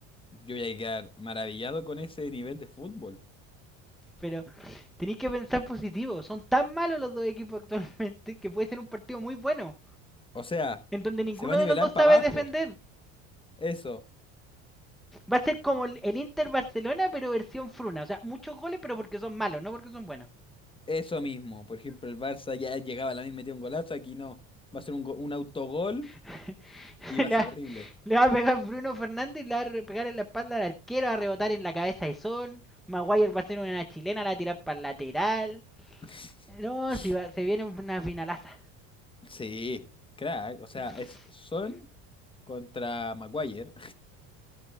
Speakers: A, on the left; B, in the centre.
A: yo voy a quedar maravillado con ese nivel de fútbol.
B: Pero tenéis que pensar positivo. Son tan malos los dos equipos actualmente que puede ser un partido muy bueno.
A: O sea,
B: En donde ninguno
A: se va a
B: de
A: nivelar
B: los dos
A: para
B: sabe
A: abajo.
B: defender.
A: Eso,
B: Va a ser como el, el Inter Barcelona, pero versión fruna. O sea, muchos goles, pero porque son malos, no porque son buenos.
A: eso mismo. Por ejemplo, el Barça ya llegaba a la misma, metía un golazo, aquí no. Va a ser un, go- un autogol
B: <laughs>
A: y
B: le,
A: va a ser
B: va,
A: horrible.
B: le va a pegar Bruno Fernández y le va a pegar en la espalda al arquero, va a rebotar en la cabeza de Son. Maguire va a hacer una chilena, la va a tirar para el lateral.
A: <laughs>
B: No, si va- se viene una finalaza.
A: Sí, crack. O sea,
B: <laughs>
A: es Son contra Maguire.